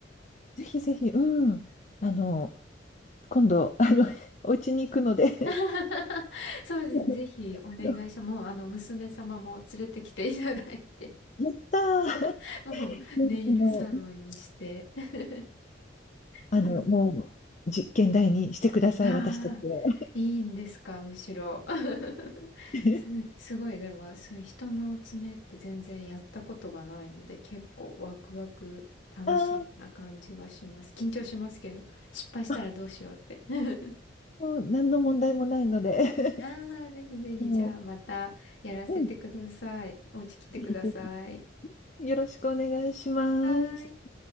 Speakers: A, on the left (about 40°); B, on the left (about 80°).
A: ぜひぜひ、うん。あの、今度、あの、<laughs> お家に行くので
B: <laughs> そうですね。
A: <laughs>
B: ぜひお願いします。
A: あの
B: もう、あの、娘様も連れてきていただいて、
A: やったー。
B: <laughs> もう、
A: <laughs>
B: ネイルサロンにして。
A: あの、
B: <laughs>
A: あの、
B: そうですね。
A: もう、実験台にしてください、
B: ああ、
A: 私たちを。
B: いいんですか、むしろ。<laughs>
A: <laughs>
B: す、すごい、でも、そういう人の爪って全然やったことがないので、結構ワクワク、楽しみな感じがします。
A: あー
B: 緊張しますけど、失敗したらどうしようって。
A: あ、
B: <laughs>
A: もう何の問題もないので
B: ああ、ぜひぜひ、
A: <laughs> も
B: じゃあまたやらせてください。
A: う、うん、
B: お家来てください。
A: ぜひぜひ。よろしくお願いします。
B: はーい。